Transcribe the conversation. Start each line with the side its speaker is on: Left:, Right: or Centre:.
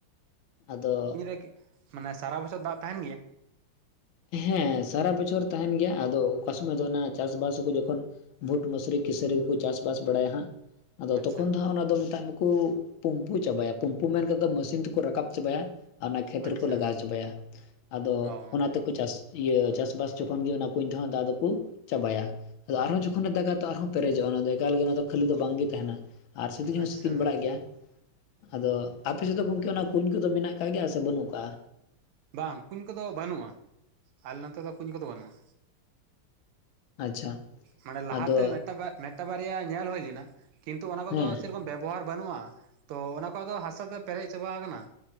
Left: ᱟᱫᱚ
Right: ᱮᱠᱮ ᱢᱟᱱᱮ ᱥᱟᱨᱟ ᱵᱚᱪᱷᱚᱨ ᱫᱟᱜ ᱛᱟᱦᱮᱱ ᱜᱮᱭᱟ?
Left: ᱦᱮᱸ ᱥᱟᱨᱟ ᱵᱚᱪᱷᱚᱨ ᱛᱟᱦᱮᱱ ᱜᱮᱭᱟ ᱟᱫᱚ ᱚᱠᱟ ᱥᱚᱢᱚᱭ ᱫᱚ ᱚᱱᱟ ᱪᱟᱥᱵᱟᱥ ᱟᱠᱚ ᱡᱚᱠᱷᱚᱱ ᱵᱩᱴ ᱢᱟᱥᱨᱤ, ᱠᱤᱥᱟᱹᱨᱤ ᱠᱚᱠᱚ ᱪᱟᱥᱵᱟᱥ ᱵᱟᱲᱟᱭᱟ ᱦᱟᱸᱜ ᱟᱫᱚ
Right: ᱟᱪᱪᱷᱟ
Left: ᱛᱚᱠᱷᱚᱱ ᱫᱚ ᱦᱟᱸᱜ ᱚᱱᱟᱫᱚ ᱢᱮᱛᱟᱜ ᱢᱟᱠᱚ ᱯᱩᱢᱯᱩ ᱪᱟᱵᱟᱭᱟ ᱯᱩᱢᱯᱩ ᱢᱮᱱ ᱠᱟᱛᱮ ᱢᱟᱹᱥᱤᱱ ᱛᱮᱠᱚ ᱨᱟᱠᱟᱵ ᱪᱟᱵᱟᱭᱟ, ᱟᱨ ᱚᱱᱟ ᱠᱷᱮᱛ
Right: ᱟᱪᱪᱷᱟ
Left: ᱨᱮᱠᱚ ᱞᱟᱜᱟᱣ ᱪᱟᱵᱟᱭᱟ, ᱟᱫᱚ
Right: ᱚ
Left: ᱚᱱᱟ ᱛᱮᱠᱚ ᱪᱟᱥ ᱤᱭᱟᱹ ᱪᱟᱥᱵᱟᱥ ᱡᱚᱠᱷᱚᱱ ᱜᱮ ᱚᱱᱟ ᱠᱩᱧ ᱛᱮᱦᱚᱸ ᱫᱟᱜ ᱫᱚᱠᱚ ᱪᱟᱵᱟᱭᱟ ᱟᱫᱚ ᱟᱨᱦᱚᱸ ᱡᱚᱠᱷᱚᱱ ᱡᱚᱠᱷᱚᱱᱮ ᱫᱟᱜᱟ ᱛᱮ ᱟᱨᱦᱚᱸ ᱯᱮᱨᱮᱡᱚᱜᱼᱟ ᱚᱱᱟ ᱫᱚ ᱮᱠᱟᱞᱜᱮ ᱚᱱᱟ ᱫᱚ ᱠᱷᱟᱹᱞᱤ ᱫᱚ ᱵᱟᱝᱜᱮ ᱛᱟᱦᱮᱱᱟ, ᱟᱨ ᱥᱮᱛᱤᱧ ᱦᱚᱸ
Right: ᱟᱪᱪᱷᱟ
Left: ᱥᱮᱛᱤᱧ ᱵᱟᱲᱟᱜ ᱜᱮᱭᱟ, ᱟᱫᱚ ᱟᱯᱮᱥᱮᱫ ᱫᱚ ᱜᱚᱝᱠᱮ ᱚᱱᱟ ᱠᱩᱧ ᱠᱚᱫᱚ ᱢᱮᱱᱟᱜ ᱟᱠᱟᱫ ᱜᱮᱭᱟ ᱥᱮ ᱵᱟᱹᱱᱩᱜ ᱟᱠᱟᱜᱼᱟ?
Right: ᱵᱟᱝ ᱠᱩᱧ ᱠᱚᱫᱚ ᱵᱟᱹᱱᱩᱜᱼᱟ ᱟᱞᱮ ᱱᱚᱛᱮ ᱫᱚ ᱠᱩᱧ ᱠᱚᱫᱚ ᱵᱟᱹᱱᱩᱜᱼᱟ᱾
Left: ᱟᱪᱪᱷᱟ
Right: ᱢᱟᱱᱮ ᱞᱟᱦᱟᱛᱮ
Left: ᱟᱫᱚ
Right: ᱢᱤᱫᱴᱟᱱ ᱵᱟᱨ ᱢᱤᱫᱴᱟᱝ ᱵᱟᱨᱭᱟ ᱧᱮᱞ ᱦᱩᱭ ᱞᱮᱱᱟ ᱠᱤᱱᱛᱩ ᱚᱱᱟ ᱠᱚᱫᱚ
Left: ᱦᱮᱸ
Right: ᱥᱮᱨᱚᱠᱚᱢ ᱵᱮᱵ ᱵᱮᱵᱚᱦᱟᱨ ᱵᱟᱹᱱᱩᱜᱼᱟ ᱛᱚ ᱚᱱᱟ ᱠᱚ ᱫᱚ ᱦᱟᱥᱟᱛᱮ ᱯᱮᱨᱮᱡ ᱪᱟᱵᱟ ᱟᱠᱟᱱᱟ